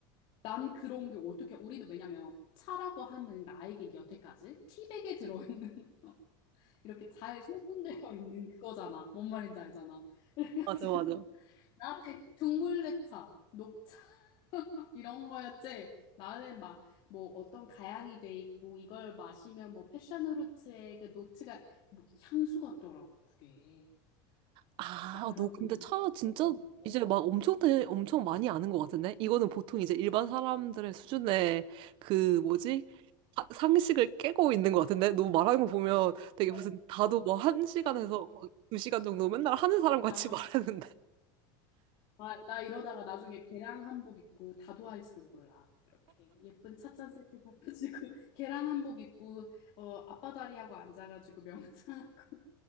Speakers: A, on the left (about 50°); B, on the right (about 50°).
A: 난 그런 게 어떻게 우리는 왜냐면 차라고 하면 나에게 여태까지 티백에 들어있는 <laughs> 어, 이렇게 잘 소분되어 있는 그거잖아. 뭔 말인지 알잖아. <laughs> 그래가지고
B: 맞아, 맞아.
A: 나한테 둥글레차, 녹차 <laughs> 이런 거였지. 나는 막 뭐 어떤 가양이 돼 있고 이걸 마시면 뭐 패션 후르츠의 그 노트가 뭐 향수 같더라고 그게.
B: 아,
A: 그게 알아보니까.
B: 어, 너 근데 차 진짜
A: 어,
B: 이제 막 엄청 대, 엄청 많이 아는 것 같은데? 이거는 보통 이제 일반 사람들의 수준의 그 뭐지? 아, 상식을 깨고 있는 것 같은데? 너 말하는 거 보면 되게
A: 어,
B: 무슨 다도
A: 어.
B: 뭐 한 시간에서 뭐 두 시간 정도 맨날 하는 사람 같이
A: 아,
B: <laughs> 말하는데?
A: 그- 아, 나 이러다가 나중에 계량 한복 입고 다도할지도 몰라. 이렇게 예쁜 찻잔 세트 사가지고 <laughs> 계량 한복 입고 어, 앞바다리 하고 앉아가지고 명상하고